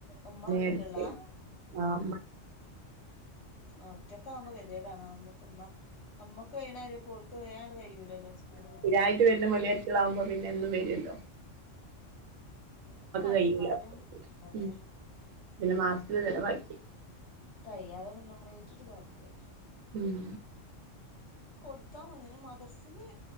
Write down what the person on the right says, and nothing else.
എടുക്കെ <unintelligible>
സ്തീരായിട്ട് വരുന്ന മെല്യായാരുട്ടയാളാവുമ്പോ പിന്നെ എന്നും വരുല്ലോ?
കയ്യൂല
ഉം പിന്നെ മാസത്തില് ചെലവാക്കി
ഉം